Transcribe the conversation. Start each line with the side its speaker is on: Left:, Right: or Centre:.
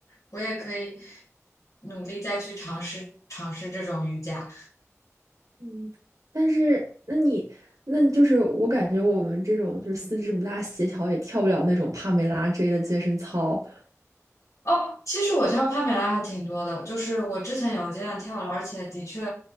Left: 我也可以努力再去尝试尝试这种瑜伽。
Right: 嗯，但是那你那就是我感觉我们这种就是四肢不大协调，也跳不了那种帕梅拉之类的健身操。
Left: 哦，其实我跳帕梅拉还挺多的，就是我之前有一阶段跳了，而且的确，